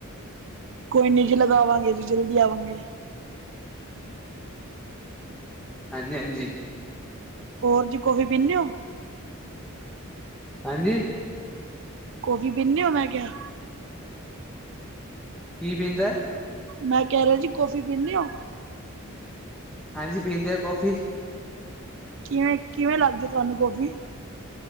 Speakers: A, on the right (about 60°); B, in the centre.
A: ਕੋਈ ਨਿੱ ਜੀ ਲਗਾਵਾਂਗੇ ਜੀ ਜਲਦੀ ਆਵਾਂਗੇ।
B: ਹਾਂਜੀ, ਹਾਂਜੀ
A: ਹੋਰ ਜੀ ਕੋਫੀ ਪੀਨਦੇ ਹੋ।
B: ਹਾਂਜੀ
A: ਕੋਫੀ ਪੀਣੇ ਹੋ ਮੈਂ ਕਿਹਾ।
B: ਕੀ ਪਿੰਦਾ
A: ਮੈਂ ਕਹਿ ਰਿਹਾ ਜੀ ਕੌਫੀ ਪੀਂਦੇ ਹੋ।
B: ਹਾਂਜੀ ਪੀਂਦੇ ਆ ਕੌਫੀ
A: ਕਿਵੇਂ, ਕਿਵੇਂ ਲੱਗਦੀ ਤੁਹਾਨੂੰ ਕੌਫੀ